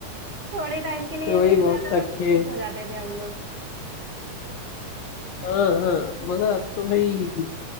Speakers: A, on the right; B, on the left.
A: थोड़े टाइम
B: <laughs>
A: के लिए
B: वही
A: मिल
B: बहुत
A: जाता
B: था
A: था
B: कि
A: तो खुश हो जाते थे हम लोग
B: हाँ हाँ मगर अब तो भाई